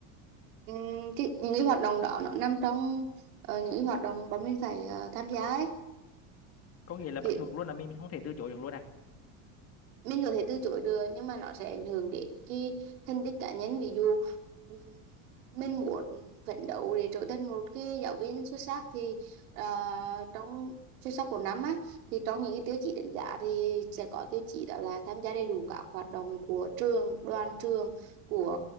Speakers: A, on the right; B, on the left.
A: Ừm, cái những cái hoạt động đó nó nằm trong ờ, những cái hoạt động bọn mình phải ờ, tham gia ấy.
B: Có nghĩa là bắt
A: Thì
B: buộc luôn là mình mình không thể từ chối được luôn à?
A: mình có thể từ chối được nhưng mà nó sẽ ảnh hưởng đến cái thành tích cá nhân ví dụ ừm, mình muốn phấn đấu để trở thành một cái giáo viên xuất sắc thì à, trong xuất sắc của năm á thì trong những cái tiêu chí đánh giá thì sẽ có tiêu chí đó là tham gia đầy đủ các hoạt động của trường đoàn trường của